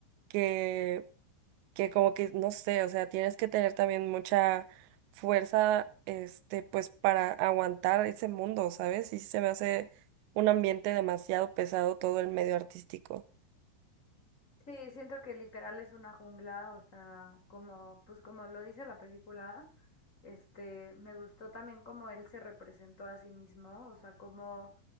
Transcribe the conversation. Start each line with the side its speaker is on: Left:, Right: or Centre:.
Right: que, que como que, no sé, o sea, tienes que tener también mucha fuerza, este, pues para aguantar ese mundo, ¿sabes? Y sí se me hace un ambiente demasiado pesado todo el medio artístico.
Left: Sí, siento que literal es una jungla, o sea, como, pues como lo dice la película, este, me gustó también cómo él se representó a sí mismo, o sea, cómo